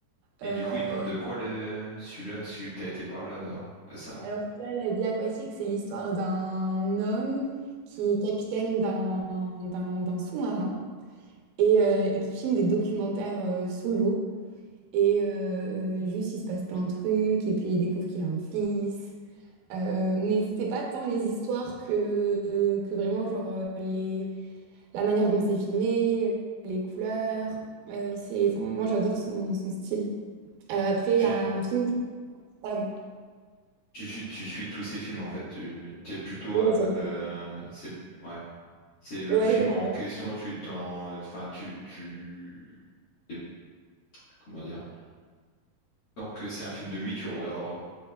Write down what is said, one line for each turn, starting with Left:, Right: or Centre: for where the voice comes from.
Left: Et
Right: Euh,
Left: du coup, il parle de quoi le celui-là, celui que t'as été voir là, récemment?
Right: Alors que là, La vie aquatique, c'est l'histoire d'un homme qui est capitaine d'un d'un d'un sous-marin et, euh, et qui filme des documentaires euh, sous l'eau. Et euh, juste, il se passe plein de trucs, et puis il découvre qu'il a un fils. Euh, mais c'est pas tant les histoires que, que vraiment, genre, euh, les, la manière dont c'est filmé, euh, les couleurs. Euh, c'est, enfin, moi, j'adore son, son style. Euh, après, il
Left: Tu,
Right: y a un film. qui- Pardon.
Left: tu, suis tu suis tous ces films en fait. Tu t'es plutôt
Right: Ouais, j'aime
Left: euh, c'est ouais, c'est le
Right: ça. Ouais,
Left: film
Right: j'aime-
Left: en question. Tu t'en enfin tu tu t'es- comment dire? Tant que c'est un film de lui, tu regarderas quoi.